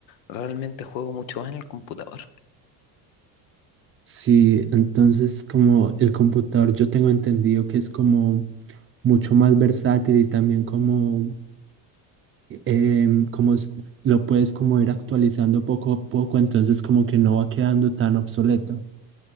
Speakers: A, on the left; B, on the right.
A: realmente juego mucho más en el computador.
B: Sí, entonces como el computador yo tengo entendido que es como mucho más versátil y también como em, como s- lo puedes como ir actualizando poco a poco, entonces como que no va quedando tan obsoleto.